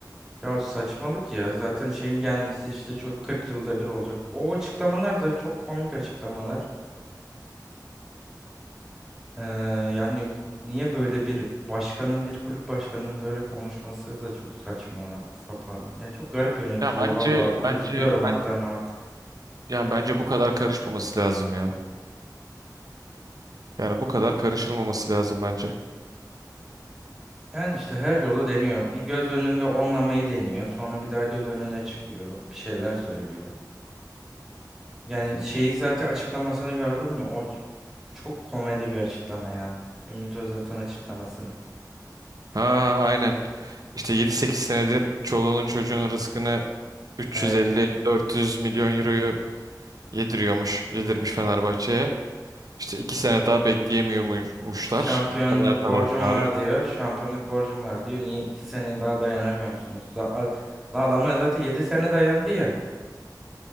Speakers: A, in the centre; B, on the right.
A: Ya saçmalık ya. Zaten şeyin gelmesi işte çok 40 yılda bir olacak. O açıklamalar da çok komik açıklamalar. Ee, yani niye böyle bir başkanın, bir kulüp başkanının böyle konuşması da çok saçma, sapan. Ya çok garip yönetiliyor
B: Ya bence
A: valla. Üzülüyorum
B: bence
A: hatta
B: ben
A: artık.
B: yani bence bu kadar karışmaması lazım ya. Yani bu kadar karışılmaması lazım bence.
A: Yani işte her yolu deniyor. Bir göz önünde olmamayı deniyor. Sonra bir daha göz önüne çıkıyor. Bir şeyler söylüyor. Yani şeyi zaten açıklamasını gördün mü? O ç- çok komedi bir açıklama ya. Ümit Özdağ'ın açıklamasını.
B: Ha aynen. İşte yedi sekiz senedir çoluğunun çocuğun rızkını 350-400
A: Hey,
B: milyon euroyu yediriyormuş, yedirmiş Fenerbahçe'ye. İşte 2 sene daha bekleyemiyormuşlar
A: şampiyonluk
B: Fener taraftarı.
A: borcum var diyor. Şampiyonluk borcum var diyor. Niye iki sene daha dayanamıyor musunuz? Za- a- Lan adamlar zaten yedi sene dayandı ya.